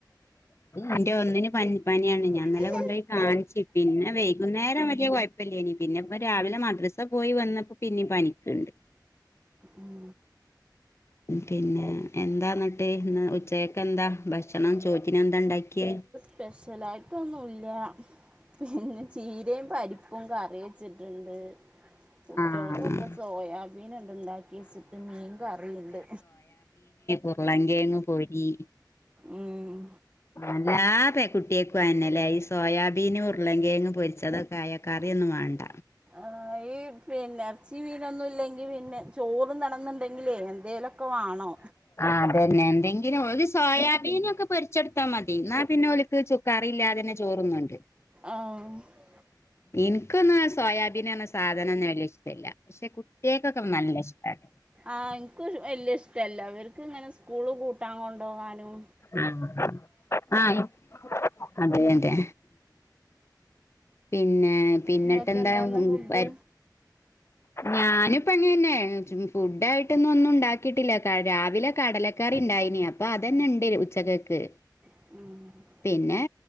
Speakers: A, on the left (about 35°); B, on the right (about 15°).
A: എന്റെ ഒന്നിന് പനി പനിയാണ് ഞാൻഇന്നലെ
B: അങ്ങനെ
A: കൊണ്ടുയി കാണിച്ചി പിന്നെ വൈകുന്നേരം വല്ല്യ കൊഴ ല്ല്യേനി പിന്നെ ഇപ്പം രാവിലെ മദ്രസ പോയി വന്നപ്പോ പിന്നിം പനിക്കുണ്ട്
B: ഉം
A: പിന്നെ എന്താന്നിട്ട് ഉച്ചയൊക്കെ എന്താ ഭക്ഷ ഭക്ഷണം ചോറ്റിനെ എന്താ ഉണ്ടാക്കിയേ
B: സ്പെഷ്യലായിട്ടൊന്നുമില്ല പിന്നെ ചീരയും പരിപ്പും കറി വെച്ചിട്ടുണ്ട് കുട്ടികൾക്കൊക്കെ
A: ആഹ്
B: സോയാബീൻ ഉണ്ടാക്കി വെച്ചിട്ട് മീൻ കറിയുണ്ട്
A: ഉരുളങ്കേങ്ങ് പൊരി
B: ഉം
A: അല്ലാ പെൺകുട്ടിയേക്കുന്നെല്ലേ ഈ സോയാബീനും ഉരുളങ്കേങ്ങും പൊരിച്ച അതൊക്കെ ആയൊക്കെ കറിയൊന്നും വേണ്ട
B: ആഹ് ഈ പിന്നെ ഇറച്ചി മീനൊന്നും ഇല്ലെങ്കി പിന്നെ ചോറും നടന്നുണ്ടെങ്കിലേ എന്തേലൊക്കെ വാണോ
A: അതന്നെ എന്തെങ്കിലും ഒരു സോയാബീനൊക്കെ പൊരിച്ചെടുത്താൽ മതി എന്നാ പിന്നെ ഓലിക്ക് ചോ കറിയില്ലാതന്നെ ചോറുന്നുണ്ട്
B: ആഹ്
A: ഇൻക്കൊന്നാ സോയാബീനാറഞ്ഞ സാധ നൊന്നും വല്യ ഇഷ്ടമല്ല പക്ഷെ കുട്ടികൾക്കൊക്കെ നല്ല ഇഷ്ട്ടാണ്
B: ആഹ് ഇനിക്കൊരു വല്യ ഇഷ്ടല്ല അവർക്ക് ഇങ്ങനെ സ്കൂള് കൂട്ടാൻ കൊണ്ടുപോകാനും
A: ആഹ് ആഹ് അതെ അതെ പിന്നെ പിന്നിട്ട്
B: ഇങ്ങക്ക്
A: എന്താ
B: എന്താന്ന്
A: <unintelligible>
B: ഫുഡ്
A: ഞാനിപ്പോ അങ്ങന്നെ ഫുഡ് ആയിട്ടൊന്നും ഒന്നും ഉണ്ടാക്കിട്ടില്ല രാവിലെ കടല കറി ഉണ്ടായിനി അപ്പൊ അതന്നെ ഉണ്ട് ഉച്ചകക്ക്
B: ആഹ്
A: പിന്നെ